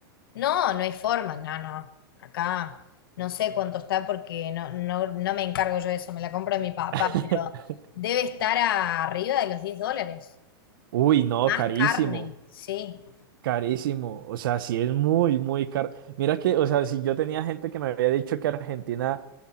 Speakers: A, on the left; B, on the right.
A: No, no hay forma, no, no. Acá no sé cuánto está porque no, no, no me encargo yo de eso, me la compra mi papá,
B: <laughs>
A: pero debe estar a- arriba de los 10 dólares.
B: Uy, no,
A: Más
B: carísimo.
A: carne, sí.
B: Carísimo, o sea, sí es muy, muy caro. Mira que, o sea, si yo tenía gente que me había dicho que Argentina